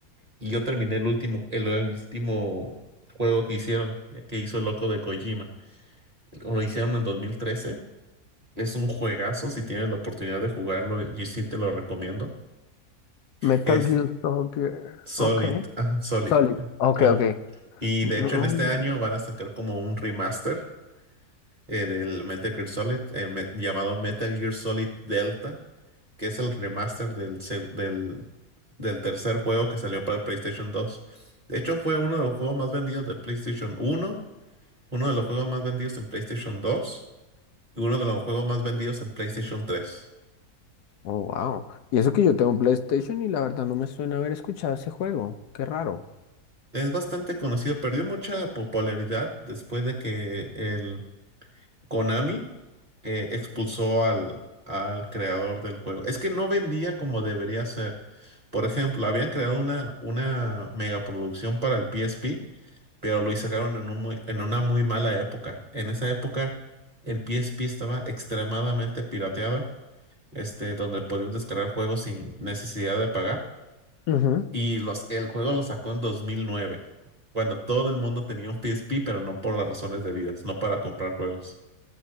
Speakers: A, on the right; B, on the left.
A: Y yo terminé el último, el último juego que hicieron, eh, que hizo el loco de Kojima. Lo hicieron en 2013. Es un juegazo, si tienes la oportunidad de jugarlo, yo sí te lo recomiendo.
B: Metal
A: Es
B: Gear Soldier,
A: Solid,
B: ok.
A: ah, Solid.
B: Solid,
A: ah,
B: ok,
A: ah.
B: ok.
A: Y
B: No,
A: de hecho en este
B: no.
A: año van a sacar como un remaster. en el Metal Gear Solid, el me- llamado Metal Gear Solid Delta, que es el remaster del, seg- del, del tercer juego que salió para el PlayStation 2. De hecho, fue uno de los juegos más vendidos de PlayStation 1, uno de los juegos más vendidos en PlayStation 2 y uno de los juegos más vendidos en PlayStation 3.
B: Oh, wow. Y eso que yo tengo PlayStation y la verdad no me suena haber escuchado ese juego. Qué raro.
A: Es bastante conocido, perdió mucha popularidad después de que el Konami eh, expulsó al, al creador del juego. Es que no vendía como debería ser. Por ejemplo, habían creado una, una megaproducción para el PSP, pero lo sacaron en un muy- en una muy mala época. En esa época, el PSP estaba extremadamente pirateada, este, donde podías descargar juegos sin necesidad de pagar.
B: Ujú.
A: Y los, el juego lo sacó en 2009, cuando todo el mundo tenía un PSP, pero no por las razones debidas, no para comprar juegos.